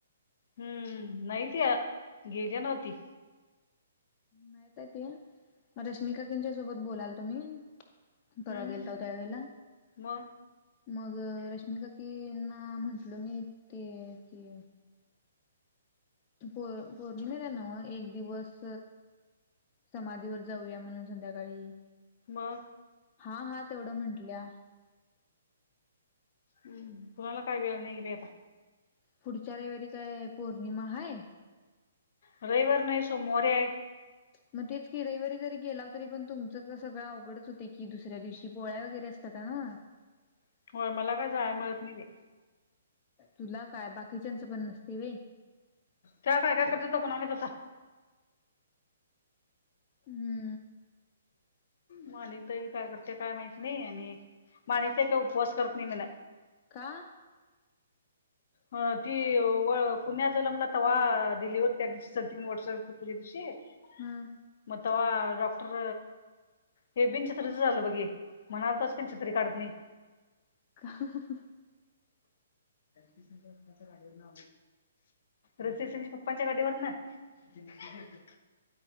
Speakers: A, on the left; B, on the left.
A: हम्म नाहीती गेली नव्हती.
B: माहत आहे ते रश्मिका त्याच्या सोबत बोलातो मी.
A: हम्म
B: परवा गेलताव त्या वेळेला
A: मग
B: मग रश्मीिका कीना म्हंटल मी ते की प पौर्णिमेला नव एक दिवस समाधीवर जाऊया म्हणून संध्याकाळी.
A: मग.
B: हा हा तेवढं म्हंटल्या.
A: हम्म तुणा्हाला काही वेळ नाही क पता
B: पुढच्या रविवारी काय पौर्णिमा आहे.
A: रविवर नाही सोमवारी आहे.
B: मग तेच किरईवारी जरी गेला तरी पण तुमचं सगळं अवडच होते की दुसऱ्या दिवशी पोळ्या वगैरे असतात ना.
A: <inaudible> काय जायला मिळत नाही बाई
B: तुला काय बाकीच्यांचं पण नसते वई.
A: काय काय काय करर्च दो कोणा होता <unintelligible>
B: हम्म.
A: माणिकता बी काय करते काय माहित नाही आणि माणिकताही काय उपवास करत नाही मन.
B: का.
A: ह ती कुण्या जलंमला त वा डिलिवर्ह त्या त वर् असोूजे दिवशी <unintelligible>
B: हम.
A: म तवा डॉक्टर हे बीनछत्रीचं ललं बघे म्हणाल तरच काी छितत्री काढत नाही.
B: हा हा.
A: च्या गडीवर ऋस स पप्पांच्या गाडीवर ना. हे